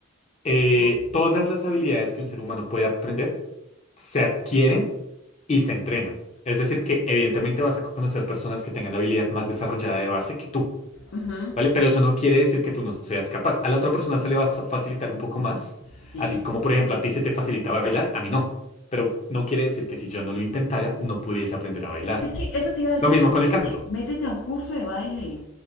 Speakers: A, on the left; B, on the left.
A: Eh,
B: Ujú.
A: todas las habilidades que un ser humano puede aprender se adquieren y se entrenan. Es decir, que evidentemente vas a conocer personas que tengan la habilidad más desarrollada de base que tú,
B: Ujú,
A: ¿vale? Pero eso no quiere decir que tú no seas capaz. A la otra persona se le va a facilitar un poco más,
B: Sí.
A: así como por ejemplo a ti se te facilita bailar, a mí no. Pero no quiere decir que si yo no lo intentara, no pudiese aprender a bailar.
B: Es que eso te iba a decir,
A: Lo mismo
B: métete,
A: con el canto.
B: métete a un curso de baile.